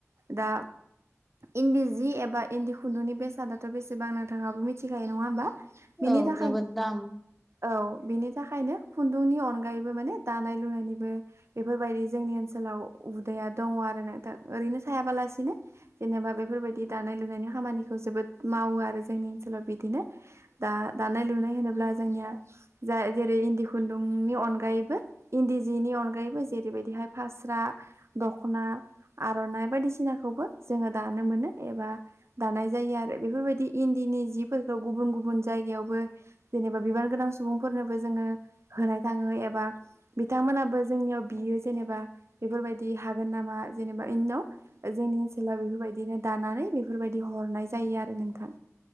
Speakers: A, on the right; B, in the centre.
A: दा इन्दि जि एबा इन्दि खुन्दुंनि बेसादाथ' बेसेना बेसेबां नोंथाङाबो मिथिखायो नङा होमबा? बिनि
B: औ
A: थाखायनो
B: जोबोद दाम
A: औ बिनि थाखायनो खुन्दुंनि अनगायैबो माने दानाय लुनायनिबो बेफोरबायदि जोंनि ओनसोलाव उदैया दङ आरो नोंथां ओरैनो थायाबालासिनो जेनेबा बेफोरबायदि दानाय लुनायनि खामानिखौ जोबोद मावो आरो जोंनि ओनसोलाव बिदिनो दा दानाय लुनाय होनोब्ला जोंनिया जेरै इन्दि खुन्दुंनि अनगायैबो इन्दि जिनि अनगायैबो जेरैबायदिहाय फास रा दखना आर'नाइ बायदिसिनाखौबो जोङो दानो मोनो एबा बेफोर बादि इन्दिनि जिफोरखौ गुबुन गुबुन जायगायावबो जेनेबा सुबुंफोरनोबो जोङो होनाय थाङो एबा बिथांमोनाबो जोंनियाव बियो जेनेबा बेफोरबायदि हागोन नामा जेनेबा इनिनाव जोंनि ओनसोलाव बेफोरबायदिनो दानानै बेफोरबायदि हरो हरनाय जायो आरो नोंथां।